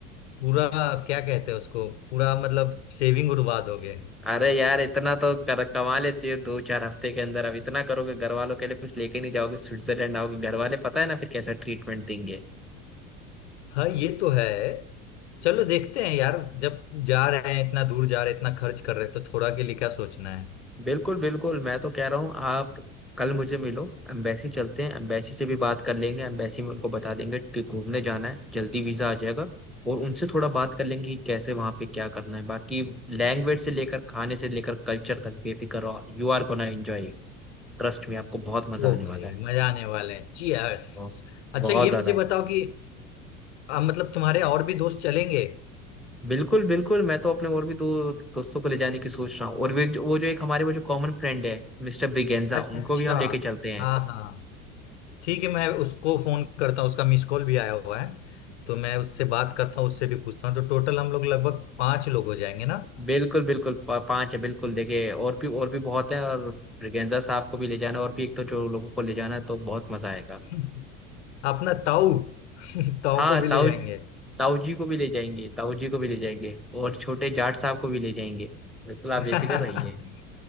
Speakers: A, on the left; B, in the centre.
A: पूरा क्या कहते हैं उसको पूरा मतलब सेविंग उड़वा दोगे
B: अरे यार इतना तो कर, कमा लेते हो दो चार हफ्ते के अंदर अब इतना करोगे घर वालों के लिए कुछ लेके नहीं जाओगे स्विट्जरलैंड आओगे घर वाले पता है ना फिर कैसा ट्रीटमेंट देंगे
A: हाँ ये तो है चलो देखते हैं यार जब जा रहे हैं इतना दूर जा रहे हैं इतना खर्च कर रहे हैं तो थोड़ा के लिए क्या सोचना है
B: बिल्कुल बिल्कुल मैं तो कह रहा हूँ आप कल मुझे मिलो एम्बेसी चलते हैं एम्बेसी से भी बात कर लेंगे एम्बेसी में उनको बता देंगे कि घूमने जाना है जल्दी वीजा आ जाएगा और उनसे थोड़ा बात कर लेंगे कि कैसे वहां पे क्या करना है बाकी लैंग्वेज से लेकर खाने से लेकर कल्चर तक बेफिक्र रहो you are gonna enjoy trust में आपको बहुत मजा
A: ओ
B: आने
A: भाई
B: वाला है
A: मजा आने वाला है चीयर्स
B: और
A: अच्छा
B: बहुत
A: ये
B: ज्यादा
A: मुझे बताओ कि आ, मतलब तुम्हारे और भी दोस्त चलेंगे
B: बिल्कुल बिल्कुल मैं तो अपने और भी दो दोस्तों को ले जाने की सोच रहा हूँ और वे- वो जो एक हमारे वो जो कॉमन फ्रेंड है मिस्टर ब्रिगेंजा
A: अच्छा
B: उनको भी हम लेके चलते हैं
A: हाँ हाँ ठीक है मैं उसको फोन करता हूँ उसका मिस कॉल भी आया हुआ है तो मैं उससे बात करता हूँ उससे भी पूछता हूँ तो टोटल हम लोग लगभग पांच लोग हो जाएंगे ना
B: बिल्कुल बिल्कुल पा, पांच है बिल्कुल देखिए और भी और भी बहुत है और ब्रिगेंजा साहब को भी ले जाना और भी एक तो जो लोगों को ले जाना है तो बहुत मजा आएगा
A: <laughs> अपना ताऊ <laughs> ताऊ
B: हाँ
A: को भी ले
B: ताऊ
A: जाएंगे
B: ताऊ जी को भी ले जाएंगे ताऊ जी को भी ले जाएंगे और छोटे जाट साहब को भी ले जाएंगे बिल्कुल आप
A: <laughs>
B: बेफिक्र रहिए